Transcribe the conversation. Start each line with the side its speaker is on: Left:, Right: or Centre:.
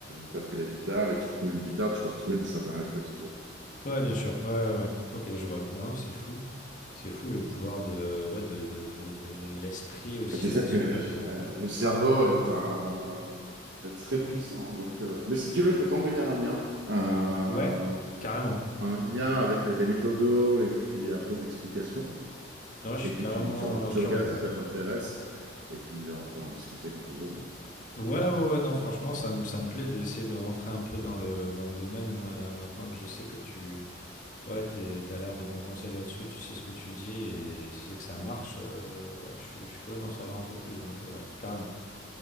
Right: t'as pris la guitare et tu trouves une guitare, tu vas retrouver des certains réflexes, tu vois.
Left: Ouais, bien sûr. Ouais, ouais. ouais. Ok, je vois. Non, c'est fou. C'est fou le pouvoir de, ouais, de, de, de, de l'esprit aussi
Right: Et tu
Left: là-dessus.
Right: sais que euh,
Left: et-
Right: le cerveau est un, est très puissant. Donc, euh, mais si tu veux, je vais t'envoyer un lien, euh,
Left: Ouais, carrément.
Right: un lien avec les méthodos et puis un peu d'explication.
Left: Non, je suis
Right: Et puis
Left: carrément
Right: tu, tu,
Left: euh,
Right: tu
Left: curieux,
Right: regardes
Left: ouais.
Right: si ça t'intéresse. Et puis on peut en discuter quand tu veux. Bon,
Left: Ouais, ouais, ouais, non, franchement, ça me, ça me plaît d'essayer de rentrer un peu dans le, dans le domaine euh, maintenant que je sais que tu, ouais, t'es, t'as l'air de bons conseils là-dessus, tu sais ce que tu dis et tu sais que ça marche. euh, ouais, je suis, je suis curieux d'en savoir un peu plus, donc euh, ouais, carrément.